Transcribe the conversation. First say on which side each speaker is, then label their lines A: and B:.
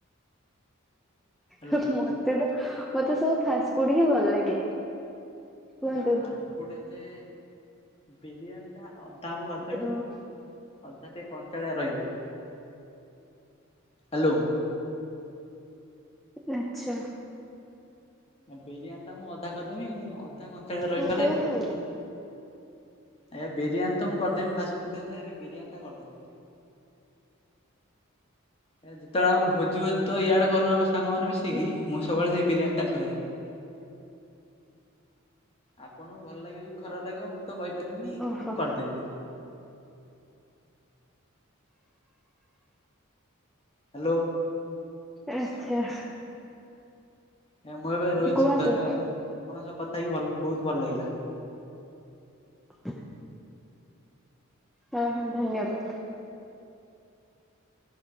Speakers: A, on the left; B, in the centre.
A: ହ୍ୟାଲୋ
B: ହଁ ମତେ ତ, ମତେ ସବୁ ଫାସଫୁଡ ହିଁ ଭଲ ଲାଗେ! କୁହନ୍ତୁ।
A: ଆଁ ଫାଷ୍ଟ ଫୁଡ଼ ହେଲେ, ବିରିୟାନୀ ଟା ଆଉ ତାହା ମୁଁ କରିଦେମି।
B: ଯୋଉ
A: ଅଧା ଟିକେ କଞ୍ଚାଳିଆ ରହିବ! ହାଲୋ।
B: ଆଛା।
A: ବିରିୟାନୀ ଟା ମୁଁ ଅଧା କରିଦେମି। ଅଧା କଞ୍ଚାଳିଆ ରହିପାରେକି?
B: ହଁ କୁହନ୍ତୁ।
A: ଆରେ ବିରିୟାନୀ ତ ମୁଁ କରିଦେମି। ଫାଷ୍ଟଫୁଡ଼ ହେଲେ ଏ ବିରିୟାନୀ ଟା କରିଦେମି! ଆ ଯେତେବେଳେ ଆମ ଭୋଜି ହୁଏ। ତ ଇଆଡେ କରୁ ଆମେ ସାଙ୍ଗମାନେ ମିଶିକି,
B: ଓହୋ
A: ମୁଁ ସବୁବେଳେ ସେ ବିରିୟାନୀ ଟା କରେ! ଆପଣଙ୍କୁ ଭଲ ଲାଗିବ କି ଖରାପ ଲାଗିବ, ମୁଁ ତ କହିି ପାରିବିନି। କିନ୍ତୁ
B: ଓହୋ
A: ମୁଁ କରିଦେବି! ହାଲୋ।
B: ଆଚ୍ଛା।
A: ଆଜ୍ଞା, ମୁଁ ଏବେ ରହୁଛି,
B: କୁହନ୍ତୁ
A: ଧନ୍ୟବାଦ। ଆପଣଙ୍କ ସହ କଥା ହେଇକି ଭଲ ବହୁତ ଭଲ ଲାଗିଲା।
B: ହ ହଁ ହଁ ଧନ୍ୟବାଦ <unintelligible>